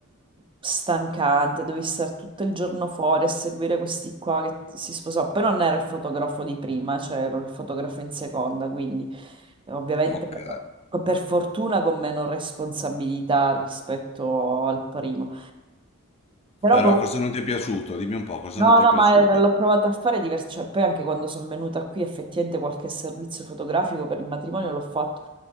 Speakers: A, on the right (about 25°); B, on the left (about 30°).
A: stancante, dovevi stare tutto il giorno fuori a seguire questi qua che si sposò. Però non ero il fotografo di prima, cioè ero il fotografo in seconda, quindi eh, ovviamente
B: Ok.
A: però, per fortuna con meno responsabilità rispetto al primo. Però
B: Però
A: comunque.
B: cosa non ti è piaciuto? Dimmi un po', cosa
A: No,
B: non ti
A: no,
B: è piaciuto?
A: ma eh, l'ho provato a fare diverso, cioè, poi anche quando sono venuta qui effettivamente qualche servizio fotografico per il matrimonio l'ho fatto,